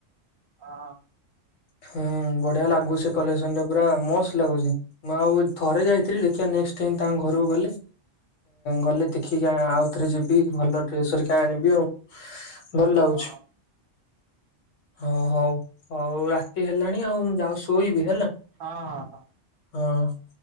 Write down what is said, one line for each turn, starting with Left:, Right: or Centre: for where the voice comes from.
Right: ଆ।
Left: ହୁଁ, ବଢିଆ ଲାଗୁଚି, କଲେକ୍ସନ ଟା ପୁରା ମସ୍ତ ଲାଗୁଚି। ମୁଁ, ଆଉ ଥରେ ଯାଇଥିଲି, ଦେଖିବା ନେକ୍ସଟ୍ ଟାଇ ତାଙ୍କ ଘରକୁ ଗଲେ। ଗଲେ ଦେଖିକି, ଆଉଥରେ ଯିବି। ଭଲ ଡ୍ରେସେ ହେରିକା ଆଣିବି ଆଉ। ଭଲ ଲାଗୁଛି।
Right: ହଁ
Left: ହଁ, ହଉ ହଉ ରାତ୍ ରାତି ହେଲାଣି ଆଉ, ମୁଁ ଯାଉଚି ଶୋଇବି, ହେଲା
Right: ହଁ ହଁ
Left: ହଁ।